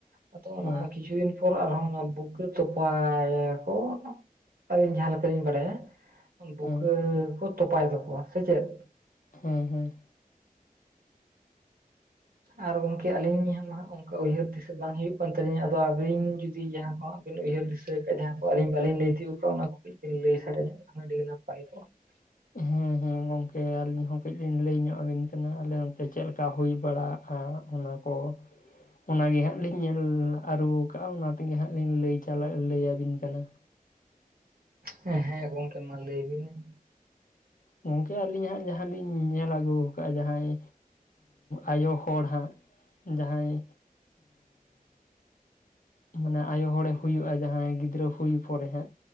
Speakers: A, on the right; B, on the left.
A: ᱟᱫᱚ ᱚᱱᱟ
B: ᱦᱮᱸ
A: ᱠᱤᱪᱷᱩ ᱫᱤᱱ ᱯᱚᱨ ᱟᱨᱦᱚᱸ ᱚᱱᱟ ᱵᱩᱠᱟᱹ ᱛᱚᱯᱟᱭᱟ ᱠᱚ ᱟᱹᱞᱤᱧ ᱡᱟᱦᱟᱸ ᱞᱮᱠᱟᱞᱤᱧ ᱵᱟᱰᱟᱭᱟ ᱵᱩᱠᱟᱹ
B: ᱦᱮᱸ
A: ᱠᱚ ᱛᱚᱯᱟᱭ ᱛᱟᱠᱚᱣᱟ ᱥᱮ ᱪᱮᱫ?
B: ᱦᱩᱸ ᱦᱩᱸ
A: ᱟᱨ ᱜᱚᱝᱠᱮ ᱟᱹᱞᱤᱧ ᱢᱟ ᱚᱝᱠᱟ ᱟᱨ ᱜᱚᱝᱠᱮ ᱟᱹᱞᱤᱧ ᱢᱟ ᱩᱭᱦᱟᱹᱨ ᱫᱤᱥᱮ ᱵᱟᱝ ᱦᱩᱭᱩᱜ ᱠᱟᱱ ᱛᱟᱹᱞᱤᱧᱟ ᱟᱫᱚ ᱟᱵᱤᱱ ᱡᱩᱫᱤ ᱡᱟᱦᱟᱸ ᱦᱚ ᱵᱤᱱ ᱩᱭᱦᱟᱹᱨ ᱫᱤᱥᱟᱹ ᱟᱠᱟᱜᱼᱟ ᱡᱟᱦᱟᱸ ᱠᱚ ᱟᱹᱞᱤᱧ ᱵᱟᱞᱤᱧ ᱞᱟᱹᱭ ᱛᱤᱭᱚᱜ ᱠᱟᱜᱼᱟ ᱚᱱᱟ ᱠᱚ ᱠᱟᱹᱡ ᱵᱤᱱ ᱞᱟᱹᱭ ᱞᱮᱠᱷᱟᱱ ᱟᱞᱤᱧ <inaudible> ᱟᱹᱰᱤ ᱱᱟᱯᱟᱭ ᱠᱚᱜᱼᱟ ᱾
B: ᱦᱮᱸ ᱦᱮᱸ ᱜᱚᱝᱠᱮ ᱟᱹᱞᱤᱧ ᱦᱚᱸ ᱠᱟᱹᱡ ᱞᱤᱧ ᱞᱟᱹᱭ ᱧᱚᱜ ᱟᱵᱤᱱ ᱠᱟᱱᱟ ᱟᱞᱮ ᱚᱱᱛᱮ ᱪᱮᱜᱞᱮᱠᱟ ᱦᱳᱭ ᱵᱟᱲᱟᱜ ᱦᱟ ᱚᱱᱟ ᱠᱚ ᱾ ᱚᱱᱟᱜᱮ ᱦᱟᱸᱜ ᱞᱤᱧ ᱧᱮᱞ ᱟᱹᱨᱩ ᱠᱟᱜᱼᱟ ᱚᱱᱟ ᱛᱮᱜᱮ ᱦᱟᱸᱜ ᱞᱤᱧ ᱞᱟᱹᱭ ᱞᱟᱹᱭ ᱟᱵᱤᱱ ᱠᱟᱱᱟ ᱾
A: ᱦᱮᱸ ᱦᱮᱸ ᱜᱚᱝᱠᱮ ᱢᱟᱞ ᱞᱟᱹᱭ ᱵᱤᱱ ᱾
B: ᱜᱚᱝᱠᱮ ᱟᱹᱞᱤᱧ ᱦᱟᱸᱜ ᱡᱟᱦᱟᱸ ᱞᱤᱧ ᱧᱮᱞ ᱟᱹᱜᱩ ᱠᱟᱜᱼᱟ ᱡᱟᱦᱟᱸᱭ ᱟᱭᱳ ᱦᱚᱲ ᱦᱟᱜ ᱡᱟᱦᱟᱸᱭ ᱢᱟᱱᱮ ᱟᱭᱳ ᱦᱚᱲᱮ ᱦᱩᱭᱩᱜᱼᱟ᱾ ᱡᱟᱦᱟᱸᱭ ᱜᱤᱫᱽᱨᱟᱹ ᱦᱩᱭ ᱯᱚᱨᱮ ᱦᱟᱸᱜ